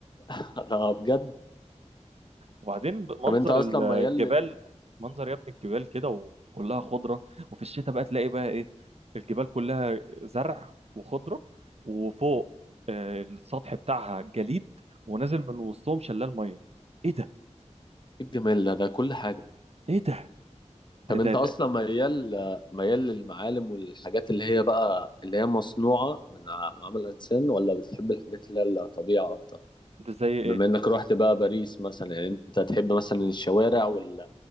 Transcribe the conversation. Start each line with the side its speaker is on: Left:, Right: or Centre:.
Left: <laughs> انا بجد
Right: وبعدين منظر
Left: طب انت اصلا
Right: ال- الجبال
Left: ميال لل
Right: منظر يا ابني الجبال كده وكلها خضره وفي الشتاء بقى تلاقي بقى ايه الجبال كلها زرع وخضره وفوق آه، السطح بتاعها جليد ونازل من وسطهم شلال ميه ايه ده
Left: إيه الجمال ده ده كل حاجه
Right: ايه ده
Left: طب
Right: ده
Left: انت
Right: ده
Left: اصلا
Right: ده,
Left: ميال ميال للمعالم والحاجات اللي هي بقى اللي هي مصنوعه من ع- عمل الانسان ولا بتحب الحاجات اللي هي الطبيعه اكتر
Right: ده زي
Left: بما
Right: ايه
Left: انك رحت بقى باريس مثلا يعني انت تحب مثلا الشوارع وال...